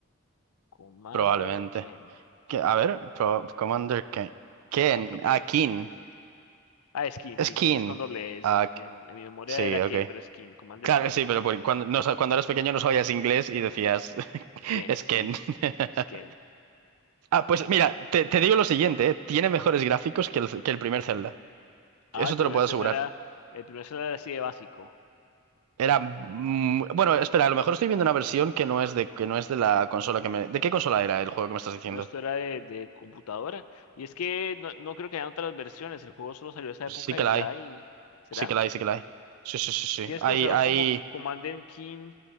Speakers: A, on the left; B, on the right.
A: Commander
B: probablemente.
A: Ken
B: Que- A ver, pro- Commander Ken. Ken,
A: 4E.
B: ah, Kin.
A: Ah, es King,
B: Es
A: King,
B: Kin.
A: King, es con doble S,
B: Ah,
A: sino que
B: K-
A: en, en mi memoria
B: sí,
A: era
B: ok.
A: Ken, pero es King, Commander
B: Claro,
A: King,
B: sí, pero por- cuando, no sa- cuando eras pequeño no sabías inglés y decías, <laughs>
A: Ken,
B: es
A: sí,
B: Ken. <laughs>
A: es Ken.
B: Ah, pues mira, te, te digo lo siguiente, eh, Tiene mejores gráficos que el, que el primer Zelda.
A: Ah,
B: Eso
A: el primer
B: te lo puedo
A: Zelda
B: asegurar.
A: era, el primer Zelda era así de básico.
B: Era mm, bueno, espera, a lo mejor estoy viendo una versión que no es de que no es de la consola que me. ¿De qué consola era el juego que me estás diciendo?
A: No, esto era de, de computadora. Y es que no, no creo que hayan otras versiones, el juego solo salió esa época
B: Sí que
A: y
B: la
A: ya,
B: hay,
A: y ¿será?
B: sí que la hay, sí que la hay. Sí, sí, sí, sí.
A: Tienes
B: Hay,
A: que buscarlo
B: hay
A: como Commander King